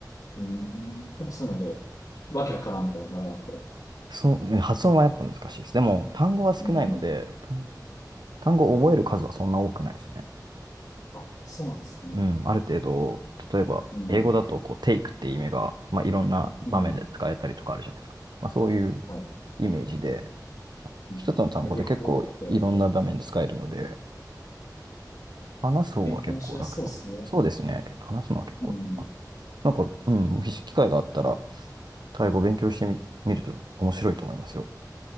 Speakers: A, on the left (about 55°); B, on the right (about 75°).
A: うん。でもそういうので、わけわからんみたいなのがなくて。
B: そう、発音はやっぱ難しいです。でも単語は少ないので、
A: うん。
B: 単単語を覚える数はそんな多くないですね。
A: あ、そうなんですね。
B: うん、ある程度、例えば、
A: うん。
B: 英語だと、こう、テイクっていう意味が、まあ、いろんな場面で使えたりとかあるじゃないですか。
A: うん。
B: まあ、そういう
A: はい。
B: イメージで、
A: うん結構多くて、
B: 一つの単語で結構いろんな場面で使えるので、
A: みたいな。
B: 話す方は結構楽かな。
A: 勉強もしやすそうですね。
B: そうですね。結構話すのは結構楽か
A: うん。
B: な。なんか、うん、もし機会があったら、タイ語を勉強してみ、見ると面白いと思いますよ。